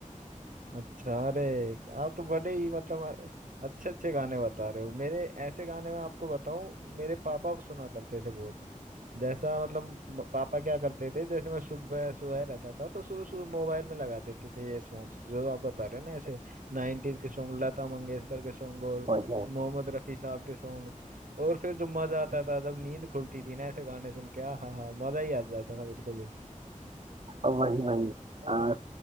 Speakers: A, on the right; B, on the right.
A: अच्छा अरे आप तो बड़े ही मतलब अच्छे अच्छे गाने बता रहे हो मेरे ऐसे गाने मैं आपको बताऊं मेरे पापा सुना करते थे बहुत जैसा मतलब म- पापा क्या करते थे जैसे मैं सुबह सुबह रहता था तो सुबह सुबह मोबाइल में लगा देते थे ये सॉन्ग्स जो आप बता रहे हो ना ऐसे नाइन्टीज के सॉन्ग लता मंगेशकर के सॉन्ग और
B: वही है
A: मोहम्मद रफी साहब के सॉन्ग और फिर जो मजा आता था जब नींद खुलती थी ना ऐसे गाने सुन के आ हा हा मजा ही आ जाता था बिल्कुल ही
B: और वही वही
A: गाने-
B: अ,